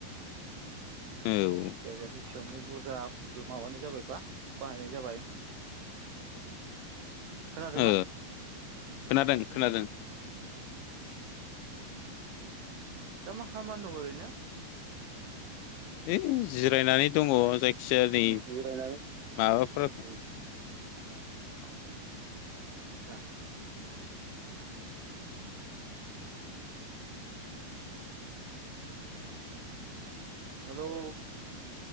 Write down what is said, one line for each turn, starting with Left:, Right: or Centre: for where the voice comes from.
Left: औ।
Right: <unintelligible> एसेयावनो बुरजा माबानाय जाबाय बा बाहायनाय जाबाय। खोनादोंना
Left: ओ‌ खोनादों खोनादों।
Right: दा मा खालामनानै दं ओरैनो।
Left: ओइ जिरायनानै दङ। जायखिजाया नै
Right: जिरायनानै <unintelligible>
Left: माबाफोर
Right: <inaudible> हेलौ?